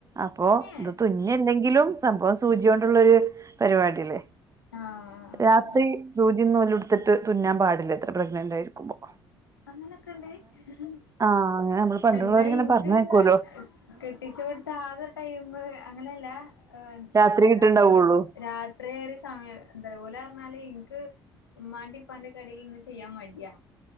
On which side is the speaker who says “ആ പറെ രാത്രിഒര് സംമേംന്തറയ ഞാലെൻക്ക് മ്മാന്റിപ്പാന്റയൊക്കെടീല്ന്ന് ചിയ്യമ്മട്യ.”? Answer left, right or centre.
Left